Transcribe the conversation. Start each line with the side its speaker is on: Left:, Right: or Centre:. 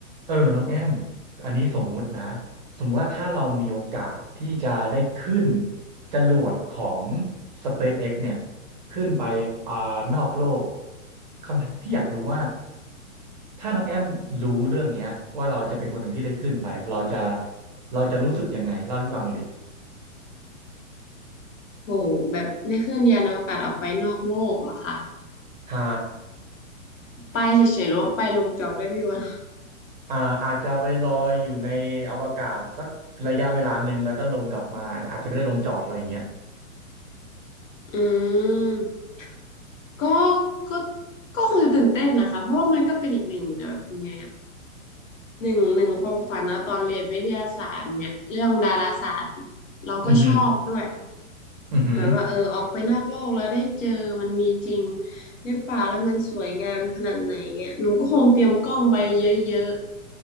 Right: เออน้องแอมอันนี้สมมุตินะสมมุติว่าถ้าเรามีโอกาสที่จะได้ขึ้นจรวดของ SpaceX เนี่ยขึ้นไปอ่านอกโลกคำพี่อยากรู้ว่าถ้าน้องแอมรู้เรื่องเนี้ยว่าเราจะเป็นคนหนึ่งที่ได้ขึ้นไปเราจะเราจะรู้สึกยังไงเล่าให้พี่ฟังเลยดิ
Left: โหแบบได้ขึ้นยานอวกาศออกไปนอกโลกเหรอคะ
Right: ใช่
Left: ไปเฉยๆหรือว่าไปลงจอดด้วยพี่วัน
Right: อ่าอาจจะไปลอยอยู่ในอวกาศสักระยะเวลาหนึ่งแล้วก็ลงกลับมาอาจจะไม่ได้ลงจอดอะไรอย่างเงี้ย
Left: อืมก็ก็ก็คงจะตื่นเต้นนะคะเพราะว่ามันก็เป็นอีกหนึ่งแบบยังไงอะหนึ่งหนึ่งความฝันนะตอนเรียนวิทยาศาสตร์เนี่ยเรื่องดาราศาสตร์เราก็ชอบด้วย
Right: อือหืออือหือ
Left: แบบว่าเออออกไปนอกโลกแล้วได้เจอมันมีจริงหรือเปล่าแล้วมันสวยงามขนาดไหนเงี้ยหนูก็คงเตรียมกล้องไปเยอะ